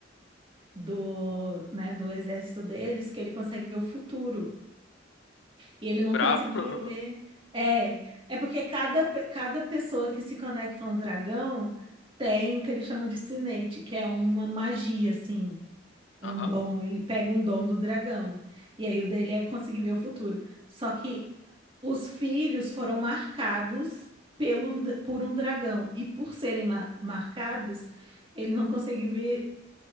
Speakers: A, on the right; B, on the left.
A: do, né, do exército deles que ele consegue ver o futuro. E ele não
B: brabo.
A: conseguia
B: <laughs>
A: ver. É, é porque cada, pe- cada pessoa que se conecta a um dragão tem o que eles chamam de sinete, que é uma magia, assim, um
B: Aham,
A: dom. Ele pega um dom do dragão. E aí o dele é conseguir ver o futuro. Só que os filhos foram marcados pelo, por um dragão. E por serem ma- marcados, ele não consegue ver